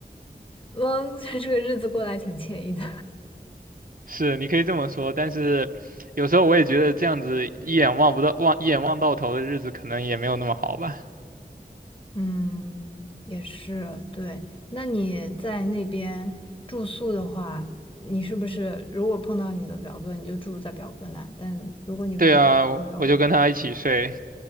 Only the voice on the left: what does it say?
嗯，这个日子过得还挺惬意的。
嗯，也是，对。那你在那边住宿的话，你是不是如果碰到你的表哥，你就住在表哥那？但如果你没有，
你表哥在，